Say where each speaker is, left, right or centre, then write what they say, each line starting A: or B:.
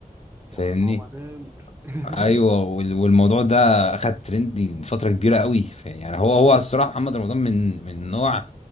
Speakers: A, on the left (about 50°); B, on the right (about 15°).
A: فاهمني
B: يا عصام نمر <laughs>
A: ايوه وال- والموضوع ده اخد ترند لفتره كبيره قوي ف- يعني هو هو الصراحه محمد رمضان من من نوع